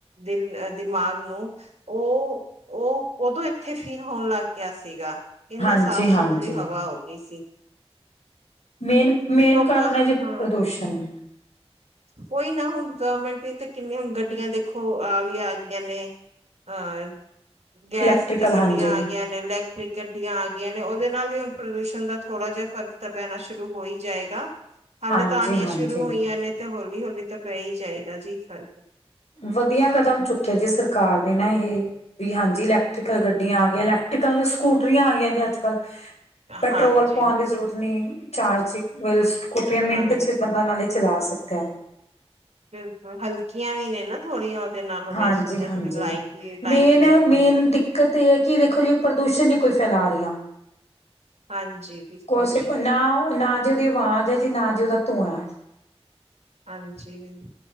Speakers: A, on the right (about 80°); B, on the left (about 80°).
A: ਦਿਲ- ਦਿਮਾਗ ਨੂੰ ਉਹ ਉਹ ਉਦੋਂ ਇੱਥੇ ਫੀਲ ਹੋਣ ਲੱਗ ਗਿਆ ਸੀਗਾ। ਇੰਨਾ
B: ਹਾਂਜੀ
A: ਸਾਫ਼
B: ਹਾਂਜੀ
A: ਸੁਥਰੀ ਹਵਾ ਹੋ ਗਈ ਸੀ।
B: ਮੇਨ ਮੇਨ
A: ਤੇ ਲੋਕਾਂ
B: ਕਾਰਨ ਹੈ ਜੇ
A: ਹਾਂ
B: ਪ੍ਰਦੂਸ਼ਣ-
A: ਕੋਈ ਨਾ ਹੁਣ ਗਵਰਮੈਂਟ ਵੀ ਤਾਂ ਕਿੰਨੀਆਂੁਣ ਗੱਡੀਆਂ ਦੇਖੋ ਆ ਵੀ ਆ ਗਈਆਂ ਨੇ- ਅਹ ਗੈਸ
B: ਇਲੈਕਟ੍ਰੀਕਲ
A: ਦੀ ਗੱਡੀਆਂ
B: ਹਾਂਜੀ
A: ਆ ਗਈਆਂ ਨੇ ਇਲੈਕਟ੍ਰਿਕ ਗੱਡੀਆਂ ਆ ਗਈਆਂ ਨੇ ਉਹ- ਉਹਦੇ ਨਾਲ ਹੀ ਹੁਣ ਪ੍ਰਦੂਸ਼ਣ ਦਾ ਥੋੜਾ ਜਿਹਾ ਫਰਕ ਤਾਂ ਪੈਣਾ ਸ਼ੁਰੂ ਹੋ ਹੀ ਜਾਏਗਾ। ਹਲੇ
B: ਹਾਂਜੀ
A: ਤਾਂ ਆਣੀਆਂ
B: ਹਾਂਜੀ
A: ਸ਼ੁਰੂ ਹੋਈਆਂ ਨੇ ਤੇ ਹੌਲੀ-ਹੌਲੀ ਤਾਂ ਪੈ ਹੀ ਜਾਏਗਾ ਜੀ ਫਰਕ
B: ਵਧੀਆ ਕਦਮ ਚੁੱਕਿਆ ਜੇ ਸਰਕਾਰ ਨੇ ਨਾ ਇਹ ਵੀ ਹਾਂਜੀ ਇਲੈਕਟ੍ਰਕਲ ਗੱਡੀਆਂ ਆ ਗਈ ਇਲੈਕ ਕੀ ਕਾਂਗੇ ਸਕੂ ਟਰੀਆਂ ਆ ਗਈਆਂ ਅੱਜ-ਕੱਲ੍ਹ ਪੈਟਰੋਲ
A: ਹਾਂਜੀ
B: ਪਵਾਣ ਦੀ ਜ਼ਰੂਰਤ ਨਹੀਂ ਚਾਰਜੀ ਵੀ ਕੁਠੀਆਂ ਮਿੰਟ
A: ਹਾਂਜੀ
B: ਚ ਬੰਦਾ ਨਾਲੇ ਚਲਾ ਸਕਦਾ ਐ।
A: ਬਿਲਕੁਲ ਹਲਕੀਆਂ ਵੀ ਨੇ ਨਾ ਥੋੜੀਆਂ- ਉਹਦੇ ਨਾਲੋਂ ਮੈਂ
B: ਹਾਂਜੀ-ਹਾਂਜੀ
A: ਸੁਣਿਆ ਥੋੜੀ ਲਾਈਟ ਵੀ ਲਾਈਟ
B: ਮੇਨ
A: ਵੇਟ
B: ਏ ਮੇਨ
A: ਵੀ ਹੈ
B: ਦਿੱਕਤ ਏ ਹੈ ਕਿ ਦੇਖੋ ਜੀ ਪ੍ਰਦੂਸ਼ਣ ਹੀ ਕੋਈ- ਫੈਲਾ ਰਹੀਆਂ
A: ਹਾਂਜੀ ਬਿਲਕੁਲ
B: ਕੋਛ
A: ਜੀ
B: ਨਾ ਨਾ ਜੇ ਉਹਦੀ ਆਵਾਜ਼ ਹੈ ਜੀ ਨਾ- ਤੇ ਉਹਦਾ ਧੂੰਆਂ-
A: ਹਾਂਜੀ।